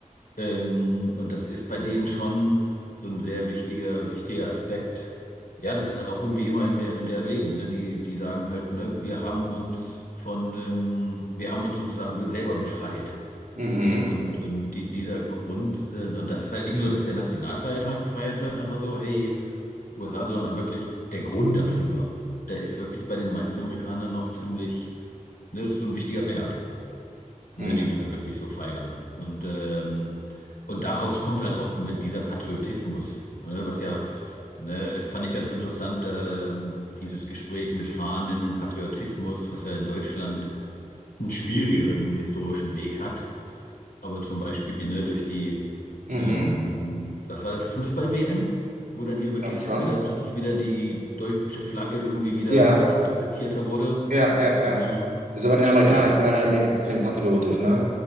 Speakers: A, on the left (about 85°); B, on the right (about 80°).
A: Ähm, und das ist bei denen schon so ein sehr wichtiger, wichtiger Aspekt. Ja, das ist halt auch irgendwie immer in, der, in deren Leben, ne? Die, die sagen halt, ne, wir haben uns von, ähm, wir haben uns sozusagen selber befreit.
B: Mhm,
A: Und, und die, dieser Grund, äh, und das ist halt nicht nur, dass der Nationalfeiertag gefeiert wird, einfach so, hey, USA, sondern wirklich der Grund dafür. Der ist wirklich bei den meisten Amerikanern noch ziemlich, ne, das ist so ein wichtiger Wert,
B: mhm,
A: ne, den die da wirklich so feiern. Und, ähm, und daraus kommt halt auch mit dieser Patriotismus, ne, was ja, ne, fand ich ganz interessant, ähm, dieses Gespräch mit Fahnen und Patriotismus, was ja in Deutschland einen schwierigeren historischen Weg hat. Aber zum Beispiel, ne, durch die,
B: mhm.
A: ähm, was war das, Fußball-WM, wo dann hier wirklich,
B: Ich glaube schon.
A: wo dann plötzlich wieder die deutsche Flagge irgendwie wieder
B: Ja,
A: ein bisschen akzeptierter wurde.
B: ja, ja, ja.
A: Ne?
B: Also bei den Amerikanern,
A: Ja.
B: die sind halt alle mit extrem patriotisch, ne?